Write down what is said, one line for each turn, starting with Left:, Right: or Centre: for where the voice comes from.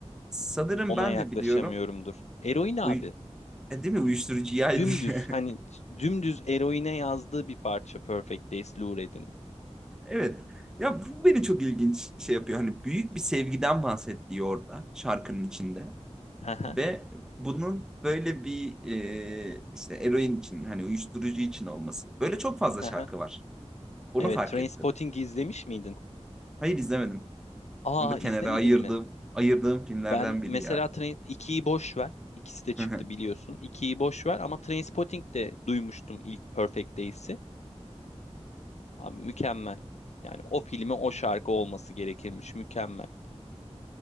Centre: Sanırım
Left: ona
Centre: ben
Left: yaklaşamıyorumdur.
Centre: de biliyorum.
Left: Eroin abi.
Centre: Uy e, değil mi? uyuşturucu Uyuşturucuyaydı.
Left: Dümdüz hani
Centre: <laughs>
Left: dümdüz eroine yazdığı bir parça Perfect Days Lou Reed'in.
Centre: Evet. Ya bu beni çok ilginç şey yapıyor. Hani büyük bir sevgiden bahsediyor orada şarkının içinde.
Left: Haha,
Centre: Ve bunun böyle bir e, işte eroin için hani uyuşturucu için olması. Böyle çok fazla
Left: haha.
Centre: şarkı var. Onu
Left: Evet,
Centre: fark
Left: Trainspotting
Centre: ettim.
Left: izlemiş miydin?
Centre: Hayır izlemedim.
Left: Aa
Centre: Onu da
Left: izlemedin
Centre: kenara ayırdım.
Left: mi?
Centre: Ayırdığım filmlerden
Left: Ben mesela
Centre: biri ya.
Left: Train ikiyi boş ver. İkisi de çıktı
Centre: <laughs>
Left: biliyorsun. 2'yi boş ver ama Trainspotting de duymuştum ilk Perfect Days'i. Abi mükemmel. Yani o filme o şarkı olması gerekirmiş. Mükemmel.